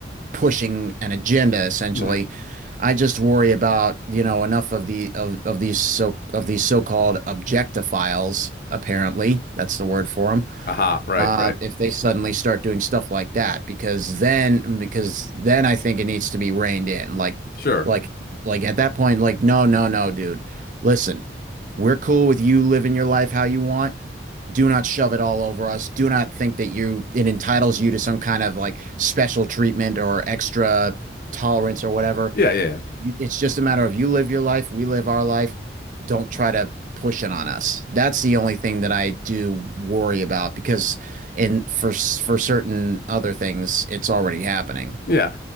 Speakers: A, on the right; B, on the left.
A: pushing an agenda essentially.
B: hmm
A: I just worry about, you know, enough of the of, of these so of these so-called objectophiles, apparently. That's the word for them
B: Aha. Right.
A: uh,
B: Right.
A: if they suddenly start doing stuff like that, because then because then I think it needs to be reined in. Like
B: Sure.
A: like like at that point, like no, no, no, dude. Listen, we're cool with you living your life how you want. Do not shove it all over us. Do not think that you it entitles you to some kind of like special treatment or extra tolerance or whatever.
B: Yeah. Yeah. yeah.
A: It's just a matter of you live your life, we live our life. Don't try to push it on us. That's the only thing that I do worry about because in for for certain other things, it's already happening.
B: Yeah,